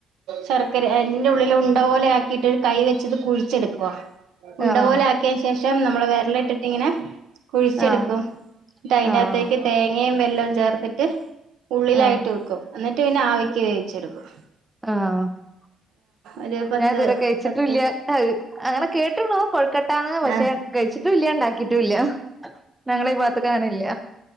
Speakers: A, on the right; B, in the centre.
A: ശർക്കര അതിന്റെ ഉള്ളില് ഉണ്ട പോലെ ആക്കിയട്ട്കൈ വെച്ചിട്ട് കുഴിച്ചെടുക്കുവ. ഉണ്ട
B: ആഹ്
A: പോലെ ആക്കിയശേഷം നമ്മൾ വേര ൽ ഇട്ടിട്ട് ഇങ്ങനെ കുഴച്ചെടുക്കും
B: ആഹ്
A: അതിനകത്തേക്ക്
B: ആഹ് ആഹ്
A: തേങ്ങയും വെല്ലവും ചേർത്തിട്ട ഉള്ളിലായിട്ട്
B: ആഹ്
A: വെക്കും എന്നിട്ട് പിന്നെ ആവിക്ക് വേവിച്ചെടുക്കും.
B: ആഞാഇതുവരെ
A: ഒരു പത്ത്
B: കഴിച്ചിട്ടില്ല
A: പത്ത്
B: അത് അങ്ങനെ കേട്ട്ണു. കൊഴ്ക്കട്ടാന്ന് പക്ഷേ
A: ആഹ്
B: കഴിച്ചിട്ടുല്ല ഉണ്ടാക്കിട്ടുല്ല ഞങ്ങളിഭാഗത്ത്ക്കങ്ങനെയില്ല.